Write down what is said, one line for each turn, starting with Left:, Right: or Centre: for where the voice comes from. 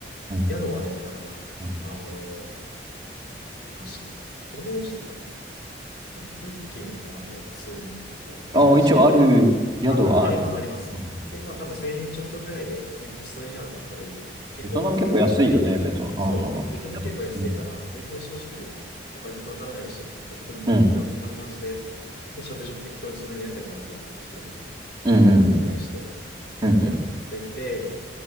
Right: うん。
Left: 宿はね、だから、
Right: うん。
Left: あの、確か、どうしてたんだっけなブッキングかなんかで普通に探して、
Right: ああ、一応ある、宿はある。
Left: あ、あ、あります、あります。
Right: うん。
Left: で、まあ多分1000円ちょっとぐらいで、普通に個室の部屋が取れる、結構多かったんで。
Right: ベトナム結構安いよね、ベトナム。
Left: そう、
Right: あの、
Left: ベトナム結構安いから、
Right: 宿。うん。
Left: 全然正直、お金もかからないし、適当に、
Right: うん。
Left: 適当に泊まる感じで、で、食事も適当にその辺の屋台かなんかで買ってきてみたいな、
Right: うんうん
Left: 結構繰り返して
Right: うんうんうん。
Left: やってて、